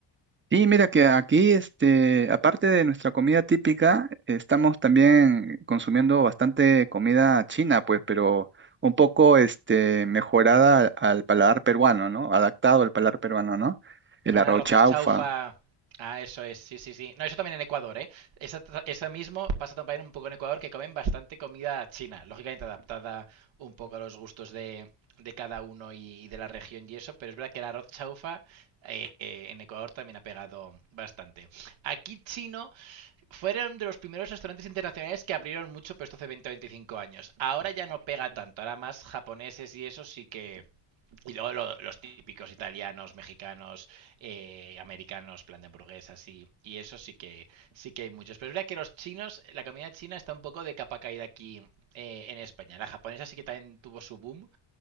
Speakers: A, on the right; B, on the right.
A: Sí, mira que aquí, este, aparte de nuestra comida típica, estamos también consumiendo bastante comida china, pues, pero un poco, este, mejorada al, al paladar peruano, ¿no? Adaptado al paladar peruano, ¿no? El
B: Pan
A: arroz
B: arroz
A: chaufa.
B: es chaufa. Ah, eso es, sí, sí, sí. No, eso también en Ecuador, ¿eh? Eso, eso mismo pasa también un poco en Ecuador, que comen bastante comida china, lógicamente adaptada un poco a los gustos de, de cada uno y, y, de la región y eso, pero es verdad que el arroz chaufa eh, eh, en Ecuador también ha pegado bastante. Aquí chino Fueron de los primeros restaurantes internacionales que abrieron mucho, pero esto hace 20 o 25 años. Ahora ya no pega tanto, ahora más japoneses y eso sí que... Y luego lo- los típicos italianos, mexicanos, eh, americanos, plan de hamburguesas y, y eso sí que, sí que hay muchos. Pero es verdad que los chinos, la comida china está un poco de capa caída aquí eh, en España. La japonesa sí que también tuvo su boom,